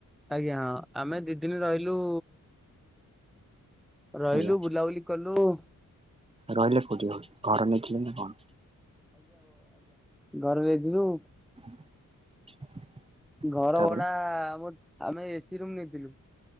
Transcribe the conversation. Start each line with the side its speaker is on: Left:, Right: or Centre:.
Centre: ଆଜ୍ଞା ହଁ ଆମେ ଦି ଦିନି ରହିଲୁ। ରହିଲୁ
Right: ଆଜ୍ଞା
Centre: ବୁଲାବୁଲି କଲୁ।
Right: ରହିଲେ କୋଉଠି ଘର ନେଇଥିଲେ ନା କଣ?
Centre: ଘର ନେଇଥିଲୁ।
Right: <inaudible>
Centre: ଘର
Right: ତାପରେ
Centre: ଭଡା ଆମ ଆମେ ଏସି ରୁମ ନେଇଥିଲୁ।